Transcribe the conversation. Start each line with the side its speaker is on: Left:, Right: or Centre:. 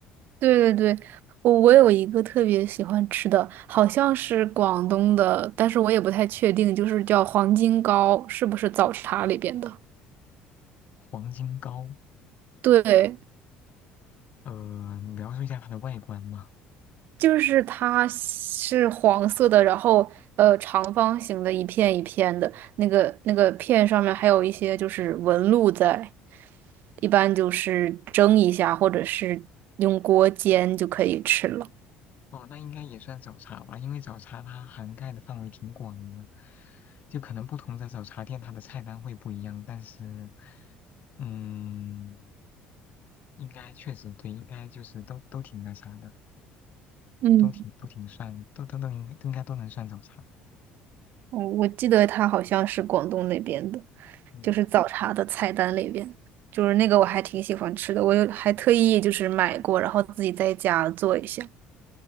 Right: 对对对，我我有一个特别喜欢吃的，好像是广东的，但是我也不太确定，就是叫黄金糕，是不是早茶里边的？
Left: 黄金糕，
Right: 对，
Left: 呃，你描述一下它的外观嘛。
Right: 就是它是黄色的，然后呃长方形的一片一片的，那个那个片上面还有一些就是纹路在，一般就是蒸一下或者是用锅煎就可以吃了。
Left: 哦，那应该也算早茶吧，因为早茶它涵盖的范围挺广的，就可能不同的早茶店它的菜单会不一样，但是，嗯，应该确实对，应该就是都都挺那啥的，
Right: 嗯，
Left: 都挺都挺算，都都都应该都应该都能算早茶，
Right: 我我记得它好像是广东那边的，
Left: 嗯。
Right: 就是早茶的菜单里边，就是那个我还挺喜欢吃的，我有还特意就是买过，然后自己在家做一下。